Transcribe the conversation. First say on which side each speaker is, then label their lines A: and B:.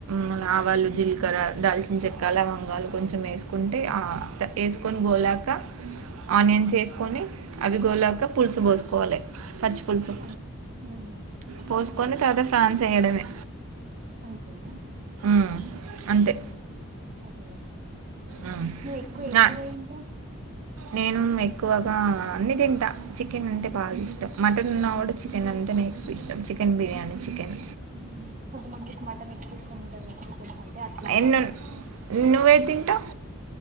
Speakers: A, on the right; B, on the right.
A: మ్ ఆవాలు జీలకర్ర దాల్చిన చెక్కాల వంగాలు కొంచెం వేసుకుంటే అ వేసుకొని గోలాక ఆనియన్స్ వేసుకొని అవి గోలాక పులుసు పోసుకోవాలే పచ్చి పులుసు
B: అన్ మ్
A: పోసుకొని తర్వాత ఫ్రాన్స్ వెయ్యడమే
B: అంతేనా
A: అ అంతే
B: అంతే అది
A: మ్.
B: నువ్వు ఎక్కువగ ఏ
A: ఆ,
B: కూర తింటావ్
A: నేను ఎక్కువగా అన్ని తింటా చికెన్ అంటే బాగా ఇష్టం మటన్ ఉన్నా కూడా చికెన్ అంటేనే ఎక్కువిష్టం చికెన్ బిర్యానీ చికెన్
B: మ్ హు కొంతమందికి మటన్ ఎక్కువ ఇష్టం ఉంటంది కదా చికెన్ కంటే అట్లా అని
A: ఎన్నో
B: అడుగుతున్న
A: నువ్వేది తింటావు